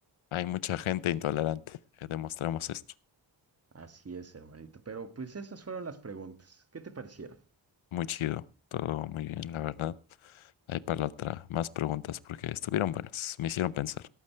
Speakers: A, on the left (about 80°); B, on the right (about 30°).
A: Hay mucha gente intolerante. eh, Demostramos esto.
B: Así es, hermanito. Pero pues esas fueron las preguntas. ¿Qué te parecieron?
A: Muy chido. Todo muy bien, la verdad. Hay para la otra más preguntas porque estuvieron buenas. Me hicieron pensar.